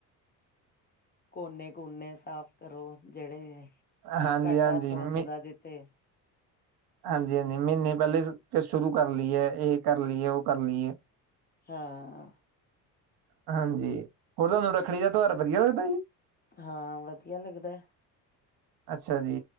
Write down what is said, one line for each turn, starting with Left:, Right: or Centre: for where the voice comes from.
Left: ਕੋਨੇ-ਕੋਨੇ ਸਾਫ ਕਰੋ, ਜਿਹੜੇ
Right: ਹਾਂਜੀ-ਹਾਂਜੀ
Left: ਘੱਟ ਹੱਥ
Right: ਮ
Left: ਵੱਜਦਾ ਜਿੱ ਤੇ
Right: ਹਾਂਜੀ-ਹਾਂਜੀ। ਮਹੀਨੇ ਪਹਿਲੇ ਫੇਰ ਸ਼ੁਰੂ ਕਰ ਲਈਏ, ਇਹ ਕਰ ਲਈਏ, ਓ ਕਰ ਲਈਏ।
Left: ਹਾਂ।
Right: ਹਾਂਜੀ। ਹੋਰ ਤੁਹਾਨੂੰ ਰੱਖੜੀ ਦਾ ਤਿਉਹਾਰ ਵਧੀਆ ਲੱਗਦਾ ਜੀ।
Left: ਹਾਂ, ਵਧੀਆ ਲੱਗਦੈ।
Right: ਅੱਛਾ ਜੀ।